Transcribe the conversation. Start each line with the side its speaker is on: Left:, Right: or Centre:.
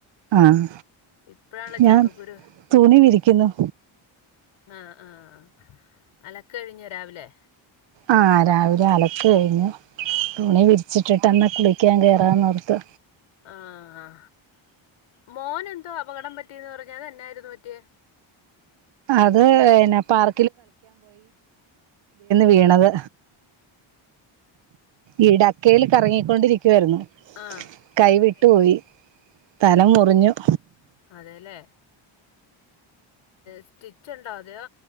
Right: ആഹ്
Left: ഇപ്പഴാണോ
Right: ഞാൻ
Left: ചക്കക്കുരു
Right: തുണി വിരിക്കുന്നു
Left: ആഹ ആഹ അല്ല കഴിഞ്ഞു രാവിലെ
Right: ആഹ രാവിലെ അലക്ക് കഴിഞ്ഞു തുണി വിരിച്ചിട്ടിട്ടെന്നാ കുളിക്കാൻ കേറാന്നോർത്ത്
Left: ആ ആഹ മോൻ എന്തോ അപകടം പറ്റിന്ന് പറഞ്ഞ അതു എന്നായിരുന്നു പറ്റിയെ
Right: അത് പിന്നെ പർ വീണത് ഈ ഡക്കയിൽ കറങ്ങിക്കൊണ്ടിരിക്കുവായിരുന്നു
Left: ആ ആയി
Right: കൈ വിട്ടുപോയി തല മുറിഞ്ഞു
Left: അതെല്ലേ സ്റ്റിച്ച് ഉണ്ടാ അതെയ